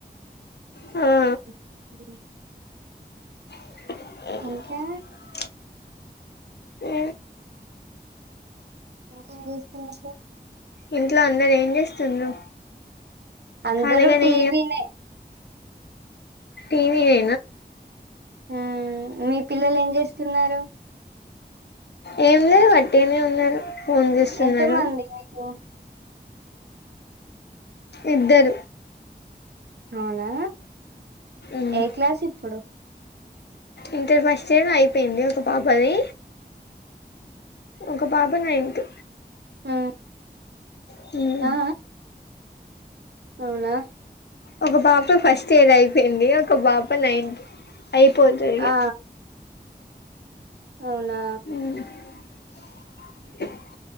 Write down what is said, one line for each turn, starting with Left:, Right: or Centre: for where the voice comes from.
Left: ఆ
Right: <unintelligible>
Left: <unintelligible>
Right: ఇంకా
Left: ఆ
Right: ఇంకేం చేస్తున్నట్లు
Left: ఇంట్లో అందరూ ఏం చేస్తుండ్రు
Right: అందరూ
Left: ఖాళీగానే
Right: టీవీనే
Left: టీవీ
Right: హ్మ్మ్ మీ పిల్లలు ఏం చేస్తున్నారు
Left: ఏం లేదు అట్టేనే ఉన్నారు ఫోన్ చూస్తున్నారు
Right: ఎంత మంది మీకు
Left: ఇద్దరు
Right: అవునా
Left: మ్మ్
Right: ఏ క్లాస్ ఇప్పుడు
Left: ఇంటర్ ఫస్ట్ ఇయర్ అయిపోయింది ఒక పాపది ఒక పాప నైన్త్
Right: ఉమ్,
Left: హ్మ్మ్
Right: ఆ అవునా
Left: ఒక పాప ఫస్ట్ ఇయర్ అయిపోయింది ఒక పాప నైన్త్ అయిపోతది
Right: ఆ అవునా
Left: మ్మ్ <inaudible>